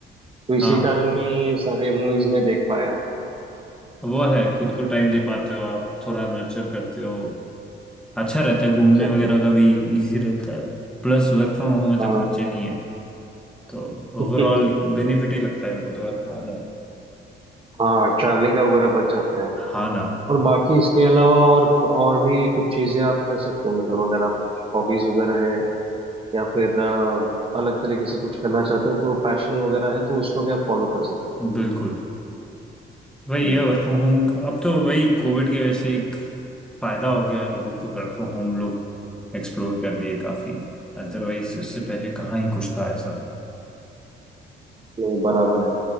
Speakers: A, on the right; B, in the centre.
A: तो इसी
B: हाँ
A: कारण
B: हाँ
A: मैं ये सारे मूवीज में देख पाया
B: वो है खुद को टाइम दे पाते हो आप थोड़ा नर्चर करते हो अच्छा रहता है घूमने
A: Exactly
B: वगैरह
A: exactly.
B: का भी इजी रहता है प्लस वर्क फ्रॉम होम में तो
A: हाँ
B: खर्चे नहीं है तो
A: <laughs>
B: ओवरऑल बेनिफिट ही लगता है मेरे को तो work from home।
A: हाँ ट्रैवलिंग का वगैरह बच जाता है
B: हाँ ना
A: और बाकी इसके अलावा और और भी कुछ चीजें आप कर सकते हो मतलब अगर आप कुछ हॉबीज वगैरह हैं या फिर अ, अलग तरीके से कुछ करना चाहते हो तो पैशन वगैरह है तो उसको भी आप फॉलो कर सकते
B: बिल्कुल वही
A: हो हम्म
B: है वर्क फ्रॉम होम अब तो वही कोविड के वजह से एक फायदा हो गया है लोगों को वर्क फ्रॉम होम लोग एक्सप्लोर कर लिए काफी अदरवाइज इससे पहले कहाँ ही कुछ था ऐसा
A: ये बराबर है